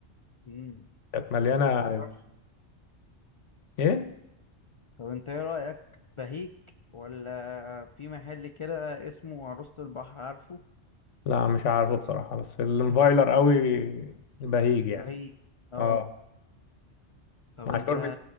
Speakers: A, on the left; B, on the left.
A: مم.
B: كانت مليانة
A: طب فكرت
B: ايه
A: طب انت ايه رأيك بهيك ولا في محل كده اسمه عروسة البحر عارفه
B: لا مش عارفه بصراحة بس الانفايلر قوي بهيج
A: بهيك
B: يعني
A: اه
B: اه
A: طب
B: مع
A: انت
B: شوربة